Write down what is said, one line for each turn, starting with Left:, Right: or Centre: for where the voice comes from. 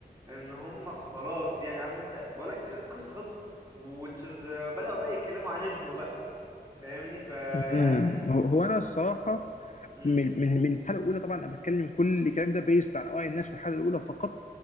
Right: ان هم خلاص يعني عارف انت بقول لك القصه خلصت وتشز بدأوا بقى يتكلموا عن ابنه بقى فاهمني فيعني
Left: امم هو هو أنا الصراحة
Right: امم
Left: من من من الحلقه الاولى طبعا انا بتكلم كل الكلام ده بيست عن اراء الناس في الحلقه الاولى فقط